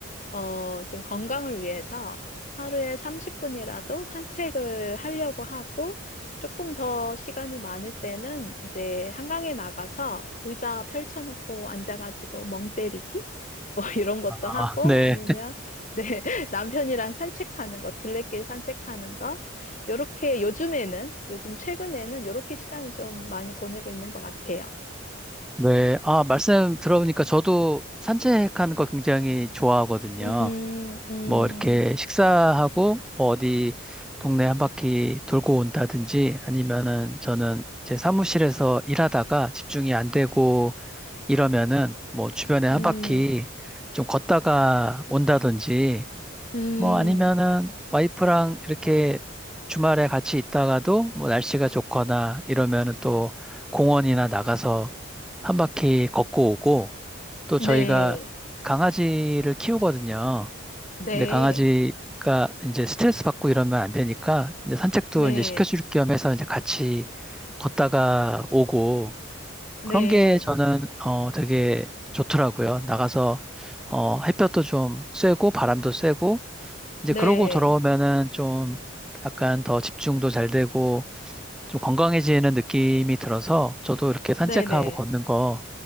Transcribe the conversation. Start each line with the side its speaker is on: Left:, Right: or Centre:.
Left: 어, 좀 건강을 위해서 하루에 30분이라도 산책을 하려고 하고 조금 더 시간이 많을 때는 이제 한강에 나가서 의자 펼쳐놓고 앉아가지고 멍 때리기? 뭐 <laughs> 이런 것도
Centre: 아,
Left: 하고
Centre: 네,
Left: 아니면 네, <laughs> 남편이랑 산책하는 거, 둘레길 산책하는 거. 요렇게 요즘에는, 요즘 최근에는 요렇게 시간을 좀 많이 보내고 있는 것 같아요.
Centre: 네. 아, 말씀 들어보니까 저도 산책하는 거 굉장히 좋아하거든요.
Left: 음, 음,
Centre: 뭐, 이렇게 식사하고, 뭐, 어디 동네 한 바퀴 돌고 온다든지, 아니면은 저는 제 사무실에서 일하다가 집중이 안 되고, 이러면은 뭐 주변에 한
Left: 음,
Centre: 바퀴 좀 걷다가 온다든지
Left: 음,
Centre: 뭐 아니면은 와이프랑 이렇게 주말에 같이 있다가도 뭐 날씨가 좋거나 이러면은 또 공원이나 나가서 한 바퀴 걷고 오고 또
Left: 네.
Centre: 저희가 강아지를 키우거든요.
Left: 네,
Centre: 근데 강아지가 이제 스트레스 받고 이러면 안 되니까 이제 산책도
Left: 네,
Centre: 이제 시켜줄 겸 해서 이제 같이 걷다가 오고
Left: 네,
Centre: 그런 게 저는 어 되게 좋더라고요. 나가서 어 햇볕도 좀 쐬고 바람도 쐬고 이제
Left: 네,
Centre: 그러고 돌아오면은 좀 약간 더 집중도 잘 되고 좀 건강해지는 느낌이 들어서 저도 이렇게 산책하고
Left: 네, 네,
Centre: 걷는 거